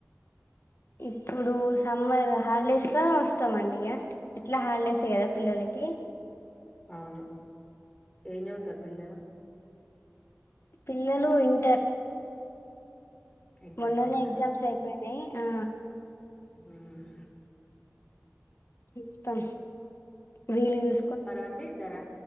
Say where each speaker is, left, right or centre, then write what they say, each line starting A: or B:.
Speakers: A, on the left (about 55°); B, on the left (about 15°).
A: ఇప్పుడు సమ్మర్ హాలిడేస్ ఎట్లో వస్తామండి ఇక ఎట్లా హాలిడేసే కదా పిల్లలకి
B: అవును ఏం చదువుతారు పిల్లలు
A: పిల్లలు ఇంటర్
B: ఇంటర్
A: మొన్నన్నే
B: చేస్తారా
A: ఎగ్జామ్స్ అయిపోయినాయి ఆ
B: ఉమ్
A: చూస్తాం రీల్ చూస్
B: క్కర అండి ఇద్దారా